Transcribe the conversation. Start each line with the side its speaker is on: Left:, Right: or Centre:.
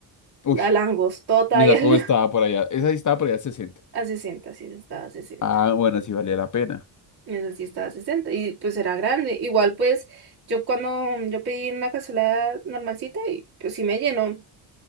Left: Uy,
Right: La langostota
Left: Y esa
Right: y el,
Left: cómo estaba por allá. Esa sí estaba por allá sesenta
Right: <laughs> a 60 sí, estaba a 60.
Left: Ah, bueno, sí valía la pena.
Right: Esa sí estaba a 60 y pues era grande. Igual pues yo cuando yo pedí una cazuela normalcita y pues sí me llenó.